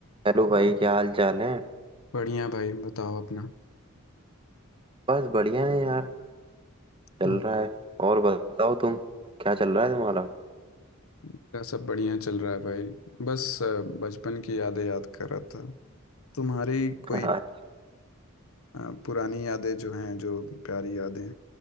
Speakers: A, on the right; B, on the left.
A: Hello भाई क्या हाल चाल है
B: बढ़िया भाई बताओ अपना
A: बस बढ़िया है यार चल
B: हाँ,
A: रहा है और बताओ तुम क्या चल रहा है तुम्हारा
B: मेरा सब बढ़िया चल रहा है भाई बस अ, बचपन की यादें याद कर रहा था तुम्हारी
A: <laughs>
B: कोई
A: हाँ
B: अ, पुरानी यादें जो हैं जो प्यारी यादें